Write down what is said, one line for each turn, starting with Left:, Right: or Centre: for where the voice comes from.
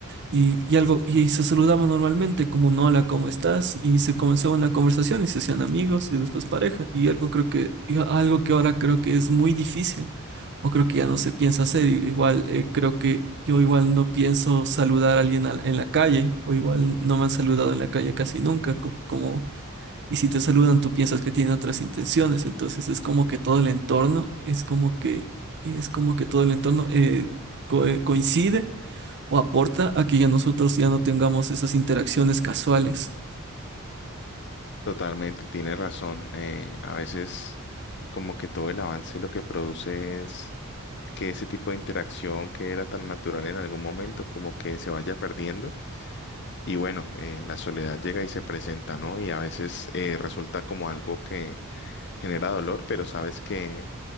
Right: Y, y algo, y se saludaban normalmente como un hola, ¿cómo estás? Y se comenzaba una conversación y se hacían amigos y después pareja. Y algo creo que, y a- algo que ahora creo que es muy difícil, o creo que ya no se piensa hacer. I- Igual eh, creo que yo igual no pienso saludar a alguien al- en la calle, o igual no me han saludado en la calle casi nunca, co- como, y si te saludan, tú piensas que tienen otras intenciones. Entonces es como que todo el entorno, es como que, es como que todo el entorno eh, co- eh, coincide o aporta a que ya nosotros ya no tengamos esas interacciones casuales,
Left: Totalmente, tienes razón. eh, a veces como que todo el avance lo que produce es que ese tipo de interacción que era tan natural en algún momento como que se vaya perdiendo. Y bueno, eh, la soledad llega y se presenta, ¿no? Y a veces eh, resulta como algo que genera dolor, pero sabes que